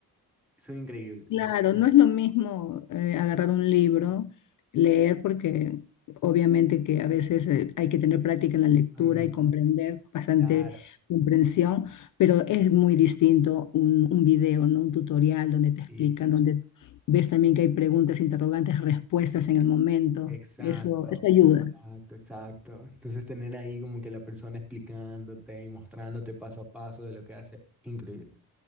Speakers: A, in the centre; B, on the left.
A: Son increíbles.
B: Claro,
A: Entonces, como,
B: no es lo mismo eh, agarrar un libro, leer, porque obviamente que a veces eh, hay que tener práctica en la lectura
A: mm,
B: y comprender, bastante
A: claro,
B: comprensión, pero es muy distinto un, un video, ¿no? Un tutorial donde te
A: sí,
B: explican, donde ves también que hay preguntas, interrogantes, respuestas en el momento.
A: exacto.
B: Eso, eso ayuda.
A: Exacto, exacto. Entonces tener ahí como que la persona explicándote y mostrándote paso a paso de lo que hace, increíble.